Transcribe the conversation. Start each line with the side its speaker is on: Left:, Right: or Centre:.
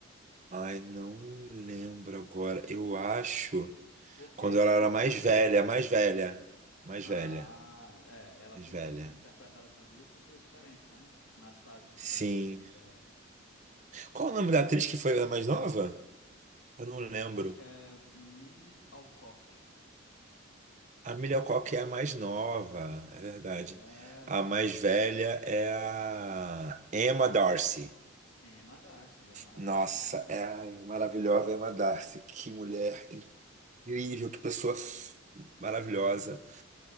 Right: Ai, não lembro agora. Eu acho.
Left: Porque
Right: Quando ela
Left: são
Right: era
Left: interpretadas.
Right: mais velha, mais velha, mais
Left: Ah,
Right: velha,
Left: é, ela
Right: mais
Left: foi
Right: velha.
Left: inter- interpretada por duas pessoas diferentes, né? Nas fases diferentes
Right: Sim.
Left: da vida dela.
Right: Qual o nome da atriz que foi a mais nova? Eu não
Left: A-
Right: lembro.
Left: acho que é Millie Alcock.
Right: A Emilia Clarke é a mais nova, é verdade.
Left: É,
Right: A mais velha é a Emma Darcy.
Left: Emma Darcy, a maravilhosa
Right: Nossa,
Left: Emma Darcy.
Right: é a
Left: exatamente.
Right: maravilhosa Emma Darcy. Que mulher incrível, que pessoa f- maravilhosa.
Left: É,